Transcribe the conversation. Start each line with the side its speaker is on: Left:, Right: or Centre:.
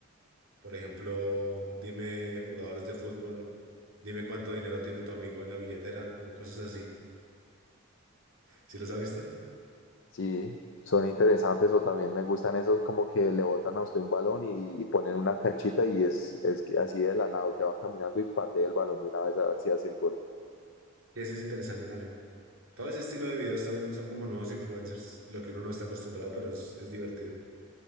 Right: Por ejemplo, dime jugadores de fútbol, dime cuánto dinero tiene tu amigo en la billetera, como cosas así. ¿Sí los ha visto?
Left: Sí, son interesantes o también me gustan esos como que le botan a usted un balón y, y ponen una canchita y es, es que así de la nada, usted va caminando y patea el balón de una vez a ver si hace el gol.
Right: Y ese es interesante también. Todo ese estilo de videos también son como nuevos influencers, lo que uno no está acostumbrado, pero es, es divertido.